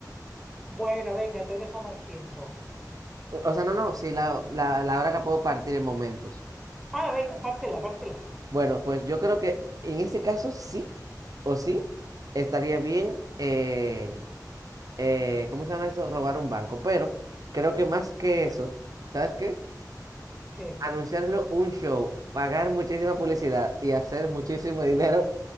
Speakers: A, in the centre; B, on the right.
A: Bueno, venga, te dejo más tiempo.
B: O o sea, no, no, sí, la, la, la hora la puedo partir en momentos.
A: Ah, venga, pártela, pártela.
B: Bueno, pues yo creo que en ese caso sí o sí estaría bien eh, eh, ¿cómo se llama eso? Robar un banco. Pero creo que más que eso, ¿sabes qué?
A: ¿Qué?
B: Anunciarlo un show, pagar muchísima publicidad y hacer muchísimo dinero